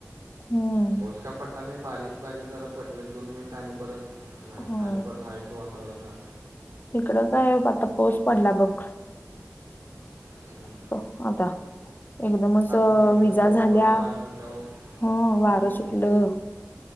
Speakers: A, on the left; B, on the right.
A: हम्म
B: पाऊस का पडला नाही बारीक-बारीक जरा पडला एक दोन मिनट आणि परत नाही
A: हो
B: आणि परत हायस वा आवडणार.
A: इकडं काय आता पावस पडला बघं. ह <inaudible>
B: हम्म..
A: आता एकदमच
B: महिन्यातच
A: विजा
B: पाऊस
A: झाल्या.
B: पडायलाय म्हटल्यावर
A: हा वारं
B: हं,
A: सुटलं.